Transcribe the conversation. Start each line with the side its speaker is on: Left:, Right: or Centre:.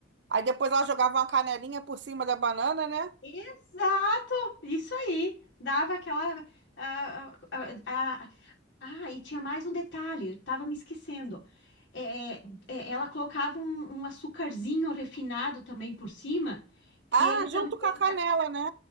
Right: Aí depois ela jogava uma canelinha por cima da banana, né?
Left: Exato! Isso aí. Dava aquela. Ah, ah, ah, ah, e tinha mais um detalhe, eu tava me esquecendo. É, é, é, ela colocava um, um açucarzinho refinado também por cima, que
Right: Ah,
Left: ele também
Right: junto com a canela, né?